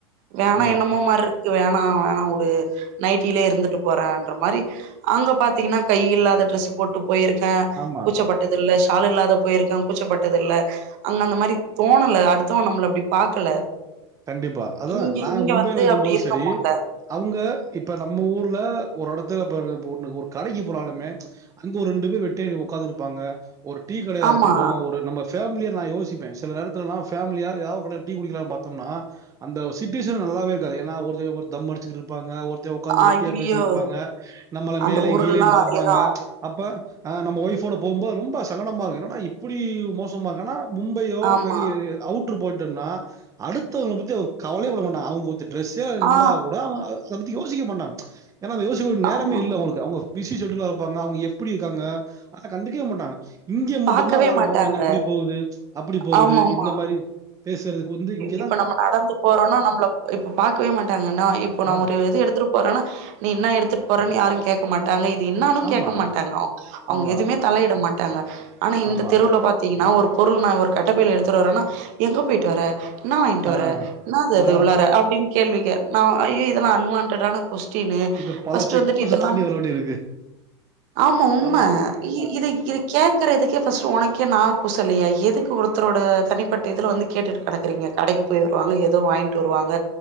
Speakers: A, on the right (about 55°); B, on the right (about 20°).
A: வேணா
B: ஆ,
A: என்னமோ மாரி இருக்கு வேணா வேணா வுடு நைட்டிலயே இருந்துட்டு போறேன்ற மாரி அங்க பாத்தீங்கன்னா கை இல்லாத டிரெஸ் போட்டு போயிருக்கே
B: ஆமா.
A: கூச்சப்பட் தில்ல ஷால் இல்லாத போயிருக்க கூச்சப்பட்டதில்ல அங்க அந்த மாதிரி தோணல அடுத்தவ நம்மள அப்டி பாக்கல
B: கண்டிப்பா அதா
A: இங்க
B: நாங்க
A: இங்க
B: மும்பையில
A: வந்து
B: இருக்கும்போது
A: அப்டி இருக்க
B: செரி
A: முடில
B: அவுங்க இப்ப நம்ம ஊர்ல ஒரு எடத்துல இப்ப ஒண்ணு ஒரு கடைக்கு போனாலுமே அங்க ஒரு ரெண்டு பேர் வெட்டியா உட்காந்து இருப்பாங்க ஒரு டீ கிடையா
A: ஆமா
B: இருக்கட்டு ஒரு நம்ம ஃபேமிலியா நா யோசிப்பே சில நேரத்துல நா ஃபேமிலியா ஏதாவது ஒரு டீ குடிக்கலா னா அந்த சிச்சுவேஷன் நல்லாவே இருக்காது ஏன்னா ஒரு தம் அடுச்சிட்டு இருப்பாங்க ஒரு உட்க்காந்து
A: ஐயயோ
B: வெட்டியா பேசிட்டு இருப்பாங்க நம்மள
A: அந்த
B: மேலயு
A: ஊர்லல்லா
B: கீழேயு பாப்பாங்க
A: அதேதா
B: ச் அப்ப அ நம்ம ஒய்ஃபோட போம்போது ரொம்ப சங்கடமா இருக்கு ஏன்னடா இப்டி மோசமா இருக்கன்னா மும்பையோ
A: ஆமா
B: வெளிய அவுட்ரு போய்டேனா அடுத்தவன பத்தி அவ கவலையேப்பட மாட்டாங்க அவுங்க ட்ரெஸ்ஸோ இருந்தா
A: ஆ
B: கூட யோசிக்க மாட்டாங்க யோசிக்க நேரமே
A: ஆமா
B: இல்லங்களுக்கு அவங்க பிசி ஸ்டேடியுலா இருப்பாங்க அவங்க எப்டி இருக்காங்க ஆனா கண்டுக்கவே மாட்டாங்க இங்க மட்டுதா
A: பாக்கவே
B: ஒரு ஆள
A: மாட்டாங்க
B: போனா என்ன இப்டி போகுது அப்டி போகுது
A: ஆமாமா
B: இந்த மாரி பேசுறதுக்கு வந்து இங்
A: இப்ப நம்ம நடந்து போறோனா நம்பள இப்ப பாக்கவே மாட்டாங்க என்னா இப்ப நா
B: ஆ,
A: ஒரு இது எடுத்துட்டு போறானா நீ என்ன எடுத்துட்டு போறனு யாரு கேக்க மாட்டாங்க இது என்னானு
B: ஆமா,
A: கேக்க மாட்டாங்க அவூங்க
B: ஆமா,
A: எதுவுமே தலையிட மாட்டாங்க ஆனா இந்த
B: ஆமா.
A: தெருவுல பாத்தீங்கன்னா ஒரு பொருள் நா ஒரு கட்டப்பையில எடுத்துட்டு வரேன்னா எங்க போயிட்டு வர என்னா வாங்கிட்டு
B: ஆ,
A: வர என்னாது அது
B: ஆ.
A: உள்ளார அப்டின்னு கேள்விக்கே நா ஐயயோ இதெல்லா அன்வான்டடான கொஸ் டினு
B: இது பல
A: ஃபஸ்ட்டு
B: செக்
A: வந்துட்டு
B: போஸ்ட்ட
A: இதெல்லாம்
B: தாண்டி வர வேண்டியிருக்கு.
A: ஆமா உண்ம
B: பல ஆ,
A: இத இத கேக்குறதுக்கே ஃபஸ்ட் உனக்கே நா கூசலியாய எதுக்கு ஒருத்தரோட தனிப்பட்ட இதுல வந்து கேட்டுட்டு கெடக்குறீங்க கடைக்கு போய் வருவாங்க எதோ வாங்கிட்டு வருவாங்க